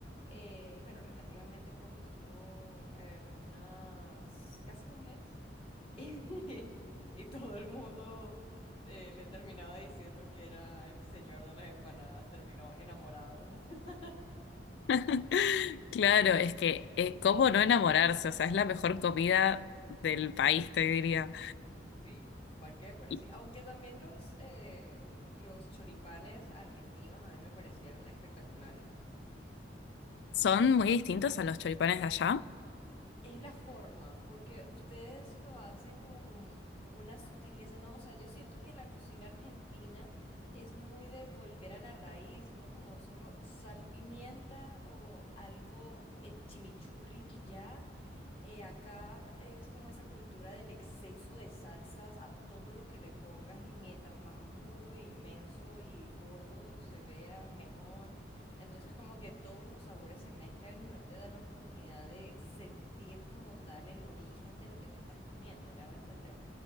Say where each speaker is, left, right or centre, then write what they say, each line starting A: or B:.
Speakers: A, on the left (about 30°); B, on the left (about 65°).
A: eh, bueno, relativamente poco, estuvo em, unas casi un mes <laughs> y, y todo el mundo eh, le terminaba diciendo que era el señor de las empanadas, terminó enamorado. <laughs>
B: <laughs> Claro, es que, eh, ¿cómo no enamorarse? O sea, es la mejor comida del país, te diría.
A: Sí, ¿para qué? Pero
B: Y
A: sí, aunque también los, eh, los choripanes argentinos a mí me parecieron espectaculares.
B: son muy distintos a los choripanes de allá.
A: Es la forma, porque ustedes lo hacen como con una sutileza, ¿no? O sea, yo siento que la cocina argentina es muy de volver a la raíz, ¿no? Como solo sal, pimienta o algo, el chimichurri y ya. Eh, acá es como esa cultura del exceso de salsas a todo lo que le pongas y mientras más burdo, e inmenso y gordo se vea, mejor. Entonces como que todos los sabores se mezclan y no te da la oportunidad de sentir como tal el origen de lo que te estás comiendo. ¿Me hago entender?